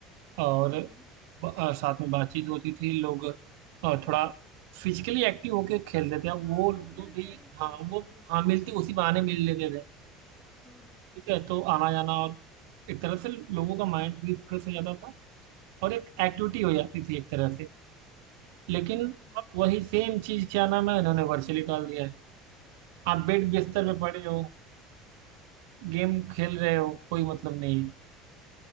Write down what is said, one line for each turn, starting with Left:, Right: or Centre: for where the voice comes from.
Right: और
Left: हम्म हम्म
Right: ब- अ, साथ में बातचीत होती थी लोग अ,
Left: हाँ
Right: थोड़ा फिजिकली एक्टिव होके खेलते थे अब
Left: हाँ
Right: वो
Left: घुल
Right: लूडो
Left: मिलते
Right: भी
Left: भी थे
Right: हाँ वो
Left: एक दूसरे
Right: हाँ मिलती
Left: से
Right: उसी बहाने मिल लेते थे
Left: हम्म हम्म
Right: ठीक है तो आना जाना और एक तरह से लोगों का माइंड भी फ्रेश हो जाता था और एक एक्टिविटी हो जाती थी एक तरह से लेकिन
Left: हम्म हम्म
Right: अब वही सेम चीज क्या नाम है इन्होंने वर्चुअली डाल दिया है आप बेड बिस्तर
Left: वही
Right: पे पड़े
Left: तो।
Right: हो गेम खेल रहे हो कोई मतलब नहीं है